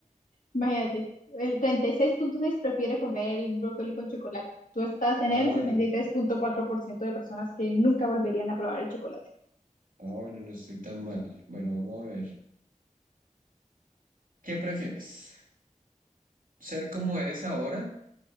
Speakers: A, on the left; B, on the right.
A: imagínate. El treinta y seis punto seis prefiere comer el brócoli con chocolate. Tú estás en
B: Ah,
A: el
B: bueno,
A: sesenta y tres punto cuatro por ciento de personas que nunca volverían a probar el chocolate.
B: ah, bueno, no estoy tan mal. Bueno, vamos a ver. ¿Qué prefieres? ¿Ser como eres ahora?